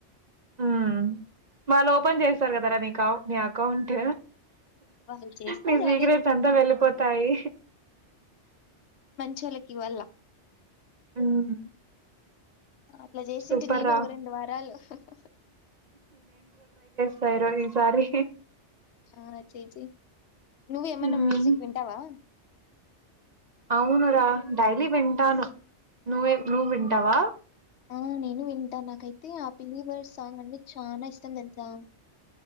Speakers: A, on the right; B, on the left.
A: ఉమ్ వాళ్ళు ఓపెన్ చేస్తారు కదా నీ నీ అకౌంట్
B: వాళ్ళు చేస్తారు
A: నీ సీక్రెట్స్
B: అదే
A: అంతా వెళ్ళిపోతాయి
B: చొల్లకి ఇవాలా
A: ఉమ్
B: అట్లా చేసింటి
A: సూపర్
B: నేను
A: రా
B: రెండు వారాలు హు హు
A: సరే ఈసారి
B: ఆ చేయి చేయి నువ్వు ఏమన్నా
A: ఉమ్,
B: మ్యూజిక్ వింటావా
A: అవును రా డైలీ వింటాను నువ్వే నువ్వు
B: ఆ
A: వింటావా
B: ఆ నేను వింటా నాకైతే ఆ బిలీవర్ సాంగ్ అంటే చాలా ఇష్టం తెలుసా